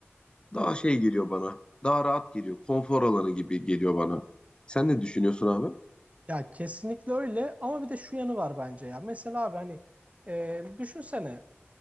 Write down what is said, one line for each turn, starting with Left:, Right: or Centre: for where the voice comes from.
Left: daha şey geliyor bana. Daha rahat geliyor. Konfor alanı gibi geliyor bana. Sen ne düşünüyorsun abi?
Right: Ya kesinlikle öyle ama bir de şu yanı var bence ya. Mesela abi hani e, düşünsene